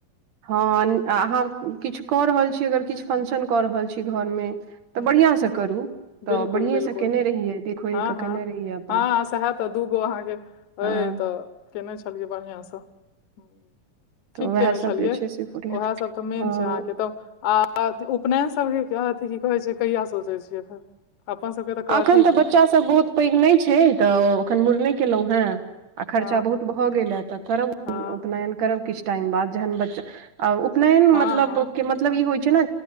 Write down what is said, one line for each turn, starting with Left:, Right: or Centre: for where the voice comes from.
Right: हँ अहाँ किछु कऽ रहल छी, अगर किछु फंक्शन कऽ रहल छी घरमे
Left: हूँ
Right: तऽ
Left: हूँ
Right: बढ़िआँ सँ करू। तऽ
Left: बिलकुल
Right: बढ़िएँ
Left: बिलकुल
Right: सँ केने रहियै देख खोलि
Left: हँ
Right: कऽ
Left: हँ
Right: केने रहियै अपन
Left: हँ सहए तऽ दूगो अहाँके। अ
Right: हँ
Left: तऽ केने छलियै बढ़िआँ सँ ह। ठीक
Right: तऽ उएह
Left: केने छलियै,
Right: सब जे छै से बढ़िआँ
Left: उएह सभ तऽ मेन
Right: हँ
Left: छै अहाँके तऽ। उपनयन सभकेँ अथि की कहैत छै, कहिया सोचैत छियै? अपना सभके तऽ कथी
Right: अखन बच्चा सब बहुत पैघ नहि छै तऽ ओखन मुड़न केलहुँ हे आ खर्चा
Left: हँ
Right: बहुत भऽ गेल ह तऽ कर।
Left: हँ
Right: उपनयन करब किछु टाइम बाद, जहन बच्चा उपनयन
Left: हँ
Right: मतलब।
Left: हँ
Right: मतलब इहो छै ने,